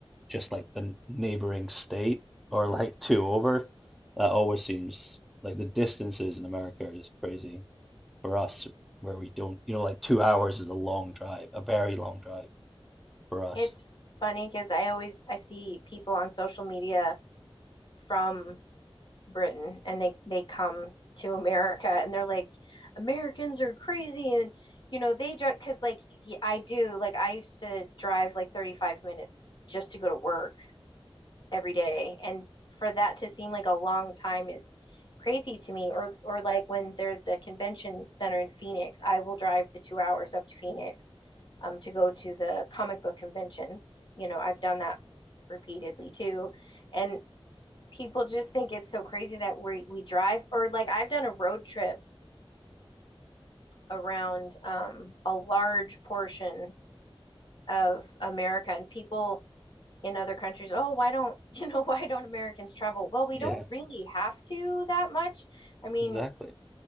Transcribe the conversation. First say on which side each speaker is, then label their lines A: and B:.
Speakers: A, in the centre; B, on the left (about 50°).
A: just like the neighboring state or like two over. That always seems like the distances in America are just crazy for us, where we don't, you know, like two hours is a long drive, a very long drive for us.
B: It's funny because I always I see people on social media from Britain and they they come to America and they're like, Americans are crazy and you know they drive because like I do like I used to drive like 35 minutes just to go to work every day. And for that to seem like a long time is crazy to me. Or or like when there's a convention center in Phoenix, I will drive the two hours up to Phoenix um, to go to the comic book conventions. You know, I've done that repeatedly too. And people just think it's so crazy that we we drive or like I've done a road trip around um, a large portion of America and people in other countries, oh, why don't, you know, <laughs> why don't Americans travel? Well, we
A: Yeah,
B: don't really have to that much. I mean,
A: exactly.